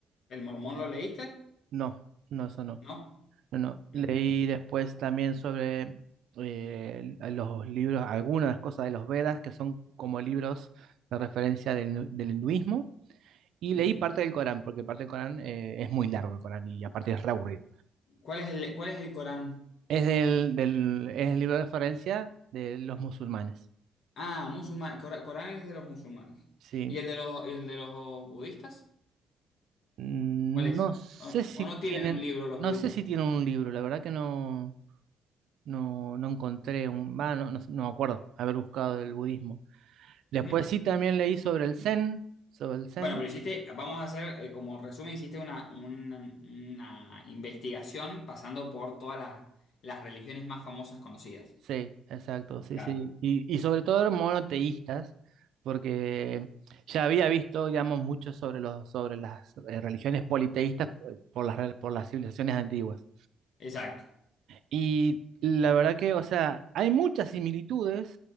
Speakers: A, on the left; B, on the right.
A: ¿El mormón lo leíste?
B: No, no, eso no.
A: ¿No?
B: No, no. Leí
A: Ujú,
B: después también sobre eh, los libros, algunas cosas de los Vedas que son como libros de referencia del, nu- del hinduismo. Y
A: ujú.
B: leí parte del Corán, porque parte del Corán eh, es muy largo el Corán y aparte es re aburrido.
A: ¿Cuál es el, cuál es el Corán?
B: Es del, del- es el libro de referencia de los musulmanes.
A: Ah, musulmán. Cora- Corán es de los musulmanes.
B: Sí.
A: ¿Y el de los, el de los budistas?
B: Mm,
A: ¿Cuál es?
B: No sé
A: ¿O,
B: si
A: o
B: tienen,
A: no tienen un libro los
B: no
A: budistas?
B: sé si tienen un libro, la verdad que no, no, no encontré un, va, no, no, no me acuerdo haber buscado el budismo. Después
A: Ujú.
B: sí también leí sobre el Zen, sobre el Zen,
A: Bueno, pero hiciste, vamos a hacer, eh, como resumen, hiciste una, una, una investigación pasando por todas las, las religiones más famosas conocidas.
B: sí, exacto, sí,
A: Claro.
B: sí, y, y sobre todo eran monoteístas, porque ya había visto, digamos, mucho sobre los, sobre las eh, religiones politeístas eh, por las, re- por las civilizaciones antiguas.
A: Exacto.
B: Y la verdad que, o sea, hay muchas similitudes